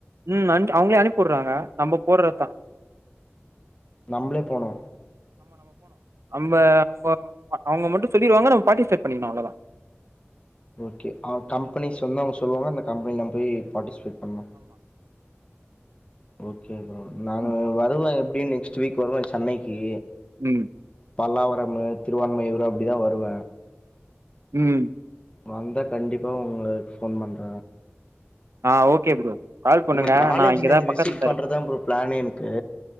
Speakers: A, on the right; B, on the left.
A: ம்ம் அவங்களே அனுப்பிடுறாங்க நம்ம போடுறதுதா
B: நம்மளே போனோ
A: அம்ம அவுங்க அவுங்க மட்டோ சொல்லிடுவாங்க நம்ம பார்ட்டி செட் பண்ணிடனும் அவ்ளோதா
B: ஓகே கம்பெனிஸ் வந்து அவங்க சொல்லுவாங்க அந்த கம்பெனில போய் பார்ட்டிசிபேட் ஆமா ஓகே கேக்குறோ நான்
A: ம்
B: வருவாய எப்டி இன் நெக்ஸ்ட் வீக் வருவோம் சென்னைக்கு
A: ம்
B: பல்லாவரமு திருவான்மியூர் அப்டிதா வருவ
A: ம்
B: வந்தா கண்டிப்பா உங்களஃபோன் பண்ற
A: ஆ ஓகே ப்ரோ கால் பண்ணுங்க
B: உங்க காலேஜ்
A: நா இங்கதா
B: நேத்து
A: பக்கத்துலதா
B: விசிட் பண்றதான்
A: இருப்பே
B: ப்ரோ பிளானே எனக்கு